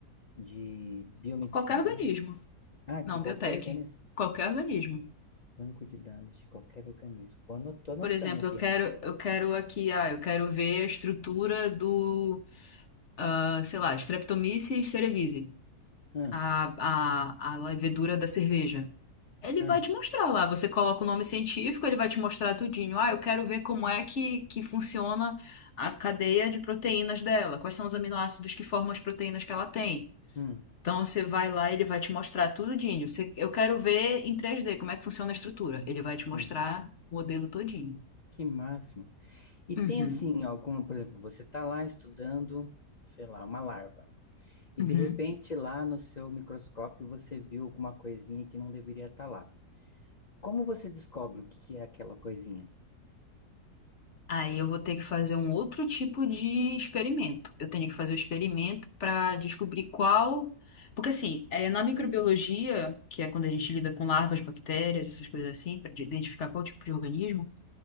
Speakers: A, on the left; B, on the left.
A: de biomedicina,
B: Qualquer organismo.
A: é isso? Ah, de
B: Não,
A: qualquer
B: biotech.
A: organismo?
B: Qualquer organismo.
A: Banco de dados de qualquer organismo. Vou anot- tô anotando
B: Por exemplo,
A: aqui.
B: eu quero, eu quero aqui, ah, eu quero ver a estrutura do, ah, sei lá, Streptomyces cerevisiae,
A: Hum,
B: a, a, a levedura da cerveja. Ele
A: hum,
B: vai te mostrar lá. Você coloca o nome científico, ele vai te mostrar tudinho. Ah, eu quero ver como é que, que funciona a cadeia de proteínas dela. Quais são os aminoácidos que formam as proteínas que ela tem.
A: hum,
B: Então você vai lá, ele vai te mostrar tudinho. Você, eu quero ver em três d como é que funciona a estrutura. Ele vai te mostrar
A: hum.
B: o modelo todinho.
A: Que máximo. E tem
B: Uhum,
A: assim, algum, por exemplo, você tá lá estudando, sei lá, uma larva. E
B: uhum.
A: de repente lá no seu microscópio você viu alguma coisinha que não deveria estar lá. Como você descobre o que que é aquela coisinha?
B: Aí eu vou ter que fazer um outro tipo de experimento. Eu tenho que fazer o experimento para descobrir qual. Porque, assim, é, na microbiologia, que é quando a gente lida com larvas, bactérias, essas coisas assim, para identificar qual tipo de organismo,